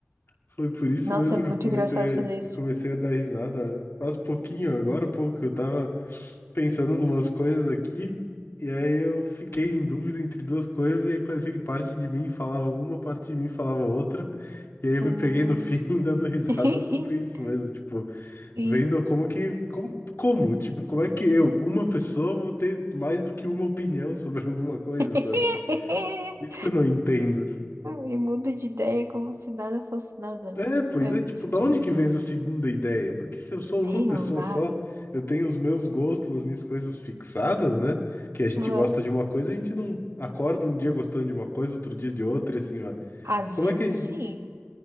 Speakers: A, on the left (about 55°); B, on the right (about 90°).
A: foi por isso
B: Nossa,
A: mesmo
B: é muito
A: que eu comecei,
B: engraçado fazer isso.
A: eu comecei a dar risada faz pouquinho, agora há pouco, que eu tava pensando em umas coisas aqui, e aí eu fiquei em dúvida entre duas coisas, e aí parecia que parte de mim falava uma, parte de mim falava outra, e aí eu
B: Hum.
A: me peguei no fim <laughs> dando risada
B: <laughs>
A: sobre isso mesmo, tipo,
B: E,
A: Vendo como que. Como, como? Tipo, como é que eu, uma pessoa, vou ter mais do que uma opinião <laughs> sobre alguma coisa,
B: <laughs>
A: sabe? Isso que eu não entendo.
B: e muda de ideia como se nada fosse nada, né?
A: É, pois
B: É
A: é,
B: muito
A: tipo,
B: estranho.
A: da onde que vem essa segunda ideia? Porque se eu sou uma
B: Sei
A: pessoa
B: lá.
A: só, eu tenho os meus gostos, as minhas coisas fixadas, né? Que a gente
B: Hã?
A: gosta de uma coisa, a gente não acorda um dia gostando de uma coisa, outro dia de outra, e assim, vai.
B: Às
A: Como
B: vezes
A: é que.
B: sim.